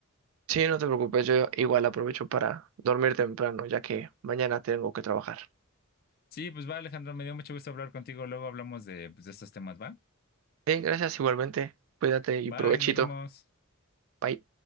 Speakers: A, on the right; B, on the left.
A: Sí, no te preocupes, yo igual aprovecho para dormir temprano, ya que mañana tengo que trabajar.
B: Sí, pues va, Alejandro, me dio mucho gusto hablar contigo, luego hablamos de, pues, de estos temas, ¿va?
A: Sí, gracias igualmente. Cuídate y
B: Bye,
A: provechito.
B: nos vemos.
A: Bye.